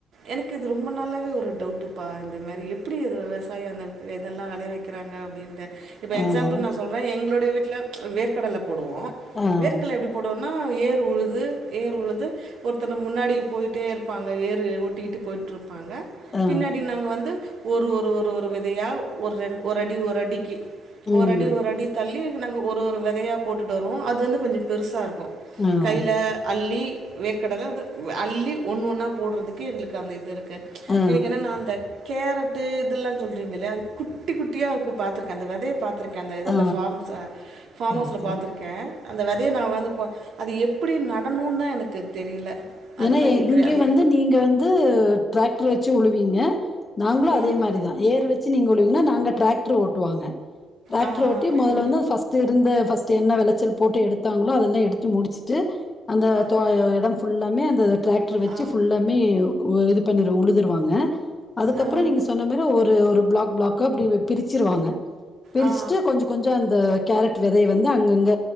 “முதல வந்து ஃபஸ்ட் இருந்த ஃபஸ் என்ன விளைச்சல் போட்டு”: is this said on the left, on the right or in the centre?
Left